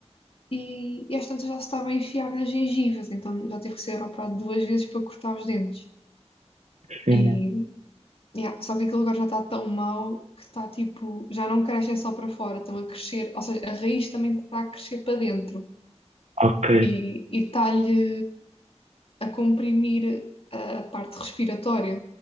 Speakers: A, on the left; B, on the right.
A: e, e às tantas já se estava a enfiar nas gengivas, então já tive que ser operado duas vezes para cortar os dentes.
B: Sim,
A: E,
B: né?
A: yeah, só que aquele lugar já está tão mau que está tipo, já não crescem só para fora, estão a crescer, ou seja, a raiz também está a crescer para dentro
B: Ok,
A: e e está-lhe a comprimir a a parte respiratória.